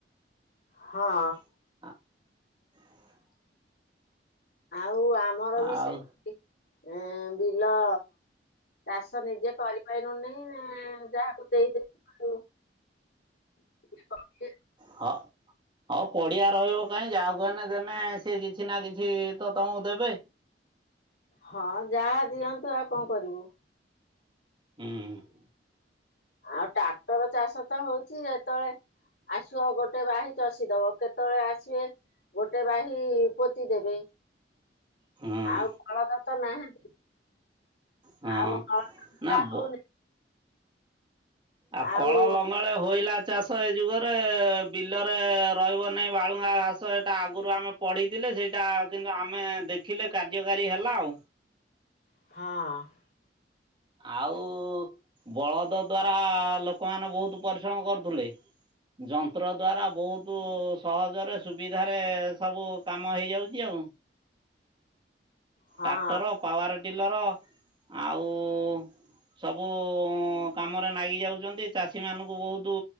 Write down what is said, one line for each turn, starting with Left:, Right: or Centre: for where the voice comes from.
Left: ହଁ।
Right: <inaudible>
Left: ଆଉ ଆମର ବି
Right: ଆଉ
Left: ସେମିତି ଉଁ ବିଲ ଚାଷ ନିଜେ କରିପାଇନୁ ନେଇ ଯାହାକୁ ଦେଇଦବୁ ଆଉ। <inaudible>
Right: ହଁ ହ ପଡିଆ ରହିବ କାହିଁ ଯାହା କୁ ହେନେ ଦେନେ ସେ କିଛି ନା କିଛି ଛି ତ ତମକୁ ଦେବେ?
Left: ହଁ ଯାହା ଦିଅନ୍ତୁ ଆଉ କଣ କରିବୁ।
Right: ହୁଁ।
Left: ଆଉ ଟାକ୍ଟର ଚାଷ ତ ହଉଛି ଯେତେବେଳେ ଆସିବ ଗୋଟେ ବାହି ଚଷିଦବ କେତେବେଳେ ଆସିବେ ଗୋଟେ ବାହି ପୋତି ଦେବେ
Right: ହଁ
Left: ଆଉ ଫଳଦ ତ ନାହାନ୍ତି।
Right: ହଁ
Left: ଆଉ ହଳ ବୁଲା
Right: ନା ବ
Left: ହୋଉନି।
Right: ଆ
Left: ଆଉ
Right: କଳ ଲଙ୍ଗଳେ ହୋଇଲା ଚାଷ ଏ ଯୁଗରେ ବିଲରେ ରହିବ ନାହିଁ ବାଳୁଙ୍ଗା ଘାସ ଏଟା ଆଗରୁ ଆମେ ପଢ଼ିଥିଲେ ସେଇଟା କିନ୍ତୁ ଆମେ ଦେଖିଲେ କାର୍ଯ୍ୟକାରୀ ହେଲା ଆଉ।
Left: ହଁ।
Right: ଆଉ ବଳଦ ଦ୍ଵାରା ଲୋକମାନେ ବହୁତ ପରିଶ୍ରମ କରୁଥିଲେ। ଯନ୍ତ୍ର ଦ୍ଵାରା ବହୁତ୍ ସହଜରେ ସୁବିଧାରେ ସବୁ କାମ ହେଇଯାଉଛି ଆଉ।
Left: ହଁ
Right: ଟ୍ରାକ୍ଟର ପାୱାର ଟିଲର ଆଉ ସବୁ କାମରେ ନାଗି ଯାଉଛନ୍ତି ଚାଷୀ ମାନଙ୍କୁ ଭୋଉତୁ